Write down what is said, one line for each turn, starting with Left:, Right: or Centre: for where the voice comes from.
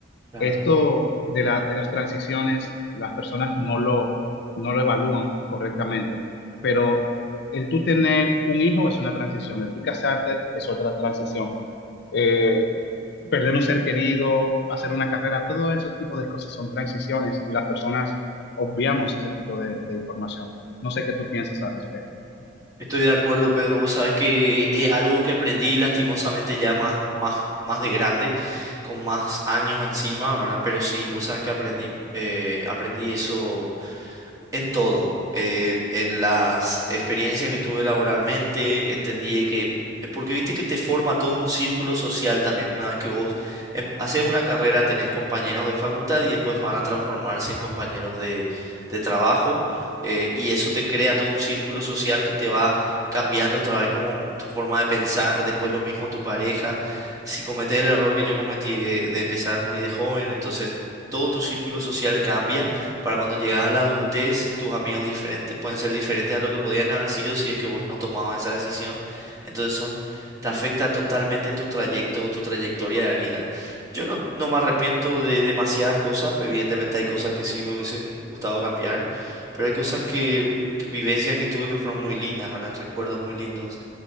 Right: claro.
Left: esto de, la, de las transiciones, las personas no lo, no lo evalúan correctamente, pero el tú tener un hijo es una transición, el tú casarte es otra transición. Eh, perder un ser querido, hacer una carrera, todo esos tipos de cosas son transiciones y las personas obviamos ese tipo de, de información. No sé qué tú piensas al respecto.
Right: Estoy de acuerdo, Pedro. Vos sabés que es algo que aprendí lastimosamente ya más, más, más de grande, con más años encima, ¿verdad? Pero sí, vos sabés que aprendí, eh, aprendí eso. En todo, eh, en las experiencias que tuve laboralmente, entendí que, eh, porque viste que te forma todo un círculo social también, una vez que vos em- haces una carrera, tenés compañeros de facultad y después van a transformarse en compañeros de, de trabajo, eh, y eso te crea todo un círculo social que te va cambiando otra vez como tu forma de pensar, después lo mismo tu pareja, si cometés el error que yo cometí de, de empezar muy de joven, entonces todo tu círculo social cambia para cuando llegas a la adultez, tus amigos diferentes pueden ser diferentes a lo que podían haber sido si es que vos no tomabas esa decisión. Entonces son, te afecta totalmente en tu trayecto, tu trayectoria de vida. Yo no, no me arrepiento de demasiadas cosas, evidentemente hay cosas que sí me hubiesen gustado cambiar, pero hay cosas que, que- vivencias que tuve que fueron muy lindas, ¿verdad? Recuerdos muy lindos.